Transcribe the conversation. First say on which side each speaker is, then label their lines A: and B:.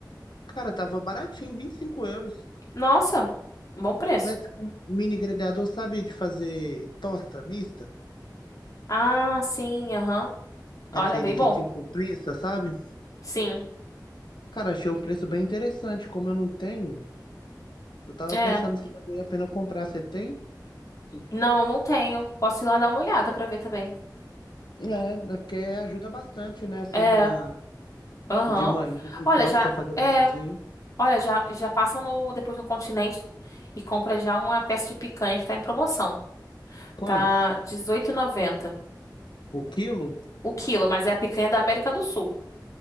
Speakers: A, on the left (about 80°); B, on the left (about 45°).
A: Cara, tava baratinho, 25 euros.
B: nossa, bom preço.
A: Não é tipo um mini grelhador, sabe, de fazer tosta mista?
B: Ah, sim, aham. Olha,
A: Aquele
B: bem
A: que
B: bom.
A: tipo prensa, sabe?
B: Sim,
A: Cara, achei o preço bem interessante. Como eu não tenho, eu tava
B: é.
A: pensando se valia a pena comprar. Você tem?
B: Não, não tenho. Posso ir lá dar uma olhada pra ver também.
A: É, é porque ajuda bastante, né? Assim,
B: É.
A: na...
B: Aham.
A: de manhã e
B: Olha,
A: tal,
B: já
A: você quer fazer um
B: é,
A: pãozinho.
B: olha, já já passa no depois no Continente e compra já uma peça de picanha que tá em promoção.
A: Quantos?
B: Tá Dezoito e noventa
A: O quilo?
B: o quilo, mas é a picanha da América do Sul.